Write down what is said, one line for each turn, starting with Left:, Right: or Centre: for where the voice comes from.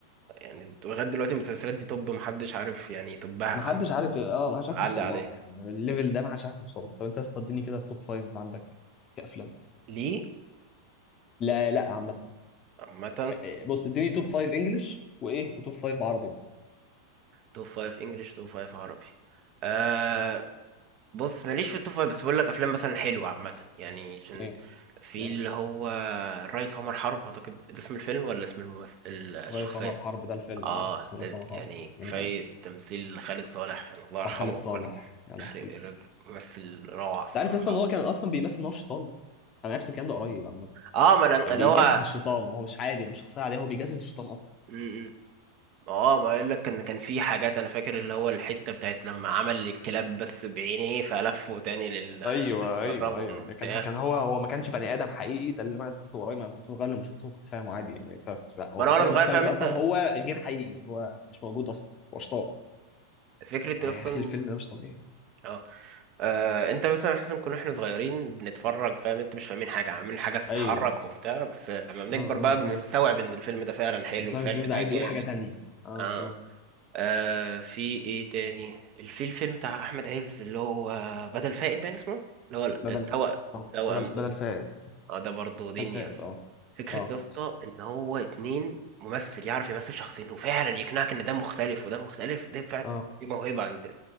Right: يعني لغاية دلوقتي المسلسلات دي طب محدش عارف يعني يطبها
Left: ما حدش
Right: عن
Left: عارف اه ما حدش عارف
Right: علي
Left: يوصل
Right: عليه
Left: لها يعني الليفل ده ما حدش عارف يوصل له طب انت يا اسطى اديني كده التوب 5 عندك كافلام
Right: ليه
Left: لا لا عامه
Right: عامة
Left: إيه، بص اديني توب 5 انجلش وايه وتوب 5 عربي بس
Right: توب فايف انجلش توب فايف عربي آه بص ماليش في التوب فايف بس بقول لك افلام مثلا حلوة عامة يعني عشان
Left: ايه
Right: في
Left: ايه
Right: اللي هو الريس عمر حرب اعتقد ده اسم الفيلم ولا اسم الممثل الشخصية
Left: الريس عمر حرب ده الفيلم
Right: اه
Left: اه اسمه
Right: ده
Left: الريس عمر حرب
Right: يعني
Left: جامد
Right: كفاية
Left: قوي
Right: تمثيل خالد صالح يعني الله يرحمه
Left: بتاع خالد
Right: وكل
Left: صالح يا لهوي
Right: يخرب الراجل ممثل روعة الصراحة
Left: انت عارف اصلا ان هو كان اصلا بيمثل ان هو شيطان انا عرفت الكلام ده قريب عامه
Right: اه ما انا
Left: يعني
Right: اللي
Left: بيجسد
Right: هو
Left: الشيطان هو مش عادي ومش شخصيه عاديه هو بيجسد الشيطان اصلا
Right: م- م. اه ما اقول لك ان كان في حاجات انا فاكر اللي هو الحته بتاعت لما عمل الكلاب بس بعينيه فلفه تاني لل
Left: ايوه
Right: سربهم
Left: ايوه ايوه
Right: وبتاع
Left: يعني كان كان هو هو ما كانش بني ادم حقيقي ده اللي انا فهمته قريب انا كنت صغير لما شفته كنت فاهمه عادي يعني كاركتر لا هو
Right: ما انا وانا
Left: طلع
Right: صغير
Left: مش كاركتر
Right: فاهم انت
Left: اصلا هو غير حقيقي هو مش موجود اصلا هو شطان
Right: فكره
Left: يا
Right: اصلا
Left: اخي الفيلم ده مش طبيعي
Right: اه آه، انت مثلا احسن كنا احنا صغيرين بنتفرج فاهم انت مش فاهمين حاجه عاملين حاجه تتحرك
Left: ايوه
Right: وبتاع بس لما بنكبر
Left: اه
Right: بقى
Left: اه
Right: بنستوعب
Left: اه
Right: ان الفيلم ده فعلا حلو
Left: بس
Right: الفيلم
Left: أنا الفيلم
Right: ده
Left: ده عايز
Right: جامد
Left: يقول حاجه تانية اه
Right: اه
Left: اه
Right: آه في ايه تاني ال- في الفيلم بتاع احمد عز اللي هو بدل فائد باين اسمه اللي هو ال-
Left: بدل
Right: التوأم
Left: آه.
Right: التوأم
Left: بدل بدل
Right: ده
Left: فائد
Right: اه ده برضه دنيا
Left: بدل فائد اه
Right: فكرة
Left: اه
Right: يا اسطى ان هو اتنين ممثل يعرف يمثل شخصين وفعلا يقنعك ان ده مختلف وده مختلف ده فعلا
Left: اه
Right: دي موهبة عند